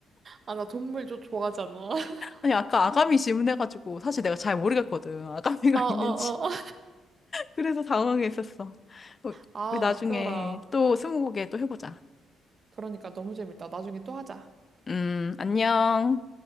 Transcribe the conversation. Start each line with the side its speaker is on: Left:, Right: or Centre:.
Right: 아, 나 동물 좀 좋아하잖아. <laughs>
Left: 아니 아까 아가미 질문해가지고 사실 내가 잘 모르겠거든 아가미가
Right: 어, 어,
Left: <laughs> 있는지
Right: 어.
Left: 그래서 당황했었어 어,
Right: 아,
Left: 우리 나중에
Right: 웃겨라.
Left: 또 스무고개 또 해보자
Right: 그러니까 너무 재밌다. 나중에 또 하자.
Left: 음 안녕